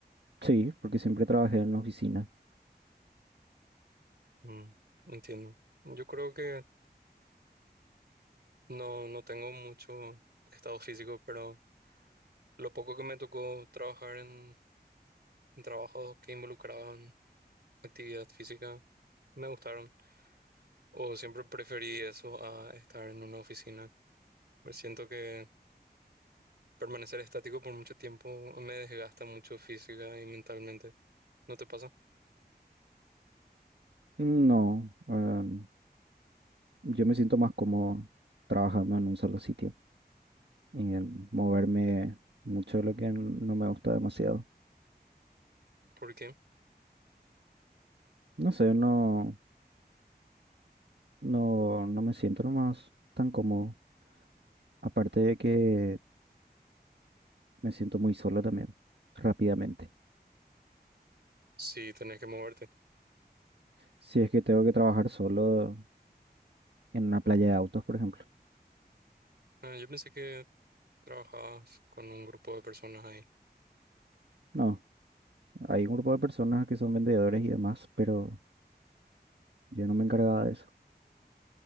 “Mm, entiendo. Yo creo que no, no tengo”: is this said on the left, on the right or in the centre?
Right